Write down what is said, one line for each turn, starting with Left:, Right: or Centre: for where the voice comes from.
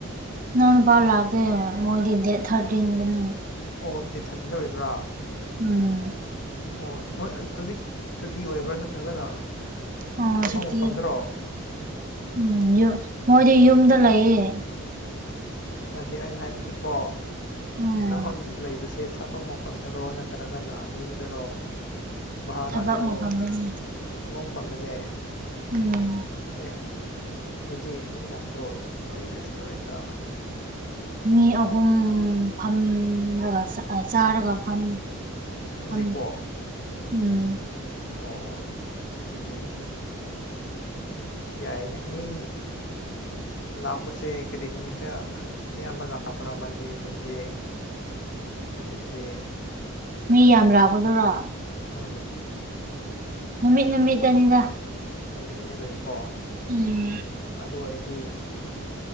Right: ꯅꯎ ꯅꯨꯨꯄꯥ ꯂꯥꯛꯇꯣꯏ ꯃꯣꯏꯗꯤ ꯗꯦꯠ ꯊꯥꯔꯇꯤꯟꯗꯨꯅꯤ
Left: ꯑꯣ ꯗꯦꯠ ꯊꯥꯔꯇꯤꯟꯗ ꯑꯣꯏꯕ꯭ꯔꯥ
Right: ꯎꯝ
Left: ꯑꯣ ꯅꯣꯏ ꯍꯧꯖꯤꯛ ꯁꯨꯇꯤ ꯑꯣꯏꯕ꯭ꯔꯥ ꯅꯠꯇ꯭ꯔꯒꯅ
Right: ꯑꯣ
Left: ꯊꯕꯛ
Right: ꯁꯨꯇꯤ
Left: ꯃꯐꯝꯗꯔꯣ
Right: ꯎꯝ ꯃꯣꯏꯗꯤ ꯌꯨꯝꯗ ꯂꯩꯌꯦ
Left: ꯅꯠꯇꯦ ꯑꯩꯅ ꯍꯥꯏꯕꯗꯤꯀꯣ
Right: ꯎꯝ
Left: ꯅꯪ ꯍꯧꯖꯤꯛ ꯂꯩꯕꯁꯤ ꯁꯦ ꯊꯕꯛ ꯃꯐꯝꯗꯔꯣ ꯅꯠꯇ꯭ꯔꯒꯅ ꯌꯨꯝꯗꯔꯣ ꯚꯥꯔꯥꯗꯔꯣ
Right: ꯊꯕꯛ ꯃꯐꯝꯗꯅꯤ
Left: ꯊꯕꯛ ꯑꯃꯐꯝꯗꯅꯦ
Right: ꯎꯝ
Left: ꯑꯦ ꯑꯗꯨꯗꯤ ꯃꯤ ꯂꯥꯡꯄ꯭ꯔꯣ ꯅꯣꯏ ꯔꯦꯁꯇꯨꯔꯦꯟꯗ
Right: ꯃꯤ ꯑꯍꯨꯝ ꯐꯝꯒ ꯆꯥꯒ ꯐꯝ
Left: ꯍꯧꯖꯤꯛꯄꯣ
Right: ꯍ ꯎꯝ
Left: ꯑꯣ ꯑꯗꯨꯗꯤ ꯌꯥꯏꯅꯦ ꯃꯤ ꯂꯥꯛꯄꯁꯦ ꯀꯔꯤ ꯅꯨꯃꯤꯠꯇ ꯑꯌꯥꯝꯕ ꯂꯥꯛꯄ꯭ꯔꯥ ꯃꯟꯗꯦ ꯁꯟꯗꯦ ꯇ꯭ꯨꯋꯁꯗꯦ
Right: ꯃꯤ ꯌꯥꯝ ꯂꯥꯛꯀꯗꯣꯏꯔꯥ
Left: ꯑꯥ
Right: ꯅꯨꯃꯤꯠ ꯅꯨꯃꯤꯠꯗꯅꯤꯗ
Left: ꯅꯨꯃꯤꯠ ꯅꯨꯃꯤꯠ ꯂꯩꯀꯣ
Right: ꯎꯝ
Left: ꯑꯗꯨ ꯑꯣꯏꯔꯗꯤ